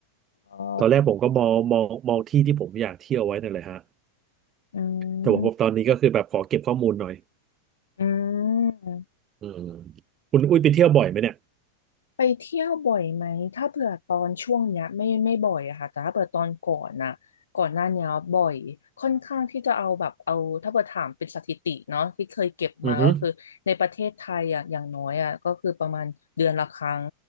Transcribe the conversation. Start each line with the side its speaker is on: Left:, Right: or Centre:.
Left: อ๋อ
Right: ตอนแรกผมก็มองมองมองที่ที่ผมอยากเที่ยวไว้นั่นแหละฮะ
Left: อื
Right: แต่ว่าตอนนี้ก็คือแบบขอเก็บข้อมูลหน่อย
Left: มอืม
Right: อืมคุณอุ้ยไปเที่ยวบ่อยไหมเนี่ย
Left: ไปเที่ยวบ่อยไหมถ้าเผื่อตอนช่วงเนี้ยไม่ไม่บ่อยอะค่ะแต่ถ้าเผื่อตอนก่อนน่ะก่อนหน้าเนี้ยบ่อยค่อนข้างที่จะเอาแบบเอาถ้าเผื่อถามเป็นสถิติเนาะที่เคยเก็บมาก็คือในประเทศไทยอะอย่างน้อยอะก็คือประมาณเดือนละครั้ง
Right: อือฮึ